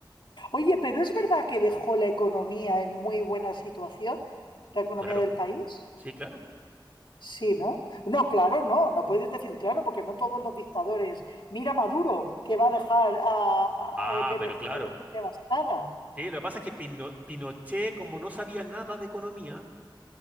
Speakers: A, on the left; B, on the right.
A: Oye, pero ¿es verdad que dejó la economía en muy buena situación? ¿La economía
B: claro.
A: del país?
B: Sí, claro.
A: Sí, ¿no? No, claro, no, no puedes decir claro, porque no todos los dictadores. Mira Maduro, que va a dejar a, a-
B: Ah,
A: a Venezuela
B: pero claro.
A: de- devastada.
B: Sí, lo que pasa es que Pino- Pinochet, como no sabía nada de economía,